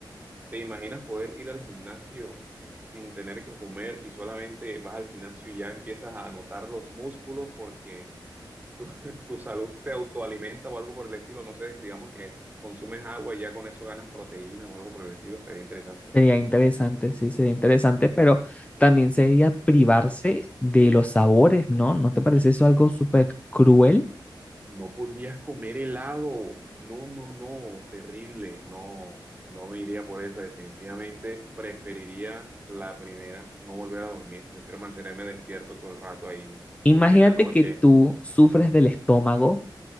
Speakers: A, on the right; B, on the left.
A: te imaginas poder ir al gimnasio sin tener que comer y solamente vas al gimnasio y ya empiezas a notar los músculos porque tu, <laughs> tu salud te autoalimenta o algo por el estilo, no sé, digamos que consumes agua y ya con eso ganas proteína o algo por el estilo, estaría interesante.
B: Sería interesante, sí, sería interesante,
A: Eh,
B: pero también sería privarse de los sabores, ¿no? ¿No te parece eso algo súper cruel?
A: no podrías comer helado, no, no, no, terrible, no, no me iría por esa, definitivamente preferiría la primera, no volver a dormir, prefiero mantenerme despierto todo el rato ahí
B: Imagínate
A: en la noche.
B: que tú sufres del estómago